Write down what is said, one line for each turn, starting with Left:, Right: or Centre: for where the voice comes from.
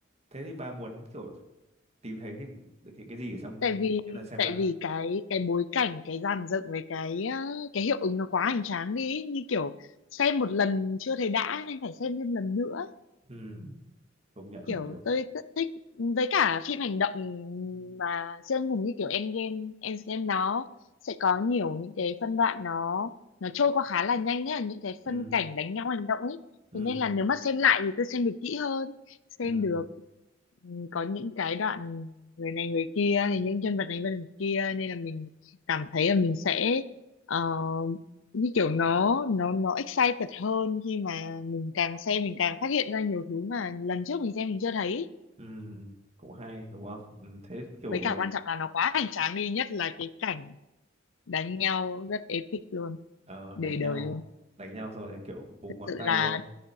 Right: thế thì bà muốn kiểu tìm thấy những được những cái gì ở trong
Left: tại vì
Right: cái lần xem
Left: tại
Right: lại
Left: vì cái cái bối cảnh cái dàn dựng với cái ờ, cái hiệu ứng nó quá hoành tráng đi như kiểu xem một lần chưa thấy đã nên phải xem thêm lần nữa
Right: ừ, công nhận
Left: kiểu
Right: là kiểu
Left: tôi rất thích với cả phim hành động mà siêu anh hùng như kiểu Endgame Endgame nó sẽ có nhiều những cái phân đoạn nó nó trôi qua khá là nhanh ấy, những cái
Right: ừ,
Left: phân cảnh đánh nhau hành động ấy
Right: ừ,
Left: thế nên là nếu mà xem lại thì tôi xem được kỹ hơn xem
Right: ừ,
Left: được ừ, có những cái đoạn người này người kia hay những nhân vật này nhân vật kia nên là mình cảm thấy là mình sẽ ờ, như kiểu nó nó nó excited hơn khi mà càng xem mình càng phát hiện ra nhiều thứ mà lần trước mình xem mình chưa thấy
Right: ừ, cũng hay đúng không ừ, thế kiểu
Left: với cả quan trọng là nó quá hoành tráng đi nhất là cái cảnh đánh nhau rất epic luôn
Right: ờ,
Left: để
Right: đánh nhau
Left: đời luôn
Right: đánh nhau rồi thì kiểu búng
Left: thật
Right: ngón
Left: sự
Right: tay
Left: là
Right: đúng không